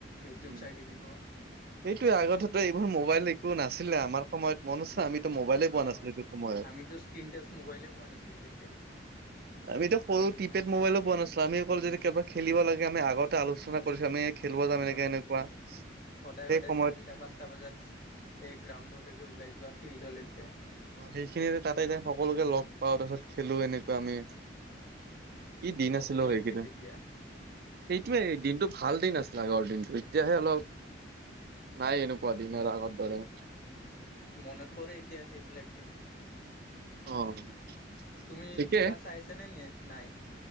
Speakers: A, on the left; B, on the right.
A: ইউটিউব
B: উম
A: চাই থাকিব।
B: সেইটোয়ে আগতেটো এইবোৰ মোবাইল একো নাছিলে আমাৰ সময়ত মনত আছে আমিতো মোবাইলে
A: অ
B: পোৱা নাছিলো
A: অ
B: এইটো সময়ত।
A: আমিতো স্ক্ৰীণ টাচ মোবাইলে পোৱা নাছিলো তেতিয়া
B: আমিতো সৰু কি পেড মোবাইলো পোৱা নাছিলো আমি অকল <unintelligible> খেলিব লাগে আমি আগতে আলোচনা কৰিছো, আমি খেলিব যাম। এনেকে
A: অ',
B: এনেকুৱা
A: সদায়
B: সেই
A: সদায়
B: সময়ত
A: চাৰিটা পাঁচটা বজাত। এই গ্ৰাউণ্ডলৈকে ওলাই যোৱা ফিল্ডলৈকে।
B: অ', সেইখিনি যে তাতে যে সকলোকে লগ পাওঁ তাৰপিছত খেলো এনেকুৱা আমি। কি দিন
A: মস্তি
B: আছিল অ',
A: লাগে
B: সেইকেদিন।
A: তেতিয়া
B: সেইটোৱে দিনটো ভাল দিন আছিল আগৰ দিনটো এতিয়াহে অলপ। নাই এনেকুৱা দিন আৰু আগৰ দৰে।
A: উম, মনত পৰে এতিয়া সেইবিলাক দিন।
B: অ'।
A: তুমি
B: ঠিকে
A: খেলা চাইছা নে নি নাই?